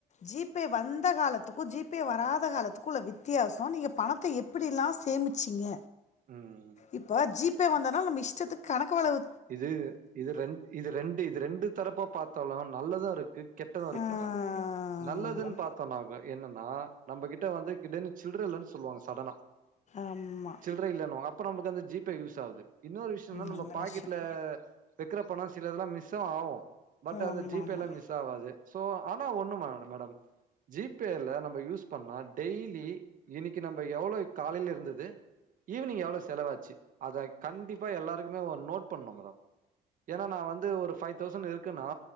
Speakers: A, on the left; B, on the right.
A: ஜி பே வந்த காலத்துக்கு ஜி பே வராத காலத்துக்கு உள்ள வித்தியாசோ நீங்க பணத்த எப் டிலா சேமிச்சிங்க
B: ம்.
A: இப்போ ஜி பே வந்தோன்னா நம்ம இஷ்டத்துக்கு கணக்கு வளவு
B: இது இது ரெண் இது ரெண்டு இது ரெண்டு தரப்பா பாத்தலு நல்லதா இருக் கு கெட்டது இருக்கு
A: ஆ
B: மேடம் நல்லதுன்னு பாத்தோன்னாவே என்னன்னா நம்மகிட்ட வந்துகிடனு சில்ட்ற இல்லன்னு சொல்லுவாங்க சடனா
A: ஆமா
B: சில்ட்ற இல்லன்னுவாங்க அப்ப நமக்கு அந்த ஜி பே யூஸ் ஆவுது இன்னொரு விஷ்யம்னா
A: நல்ல
B: நம்ம பாக்கெட்ல
A: விஷயம்
B: வைக்கிற பணோ சிலதெல்லா மிஸ்ஸும் ஆவு பட்
A: ஆமா
B: அது ஜீ
A: ஆமா
B: பே ல மிஸ் ஆவாது சோ ஆனா ஒண்ணு மேட மேடம் ஜி பே ல நம்ப யூஸ் பண்ணா டெய்லி இன்னைக்கி நம்ப எவ்வளோ காலையில இருந்துது ஈவினிங் எவ்ளோ செலவாச்சு அத கண்டிப்பா எல்லாருக்குமே ஒரு நோட் பண்ணு மேடம் ஏன்னா நா வந்து ஒரு ஃபைவ் தௌசண்ட் இருக்குன்னா